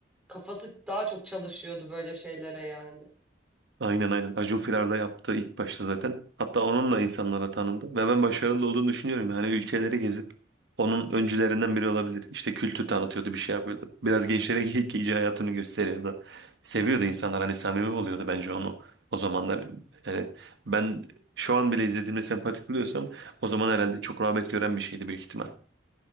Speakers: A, in the centre; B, on the right.
A: kafası daha çok çalışıyordu böyle şeylere yani.
B: Aynen aynen. Acun Firar'da yaptığı ilk başta zaten. Hatta onunla insanlara tanındı. Ve ben başarılı olduğunu düşünüyorum. Yani ülkeleri gezip onun öncülerinden biri olabilir. İşte kültür tanıtıyordu, bir şey yapıyordu. Biraz gençlere <laughs> ge- hayatını gösteriyordu. Seviyordu insanlar. Hani samimi oluyordu bence onu. O zamanlar yani ben şu an bile izlediğimde sempatik buluyorsam o zaman herhalde çok rağbet gören bir şeydi büyük ihtimal.